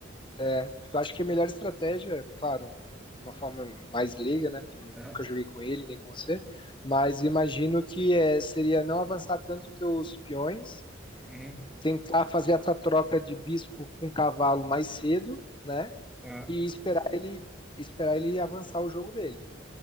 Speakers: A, on the left (about 25°); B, in the centre.
A: é. Porque eu acho que a melhor estratégia, claro, de uma forma mais leiga, né? Porque eu nu-
B: Aham,
A: nunca joguei com ele nem com você, mas imagino que é, seria não avançar tanto teus peões,
B: uhum,
A: tentar fazer essa troca de bispo com um cavalo mais cedo, né?
B: aham,
A: E esperar ele esperar ele avançar o jogo dele.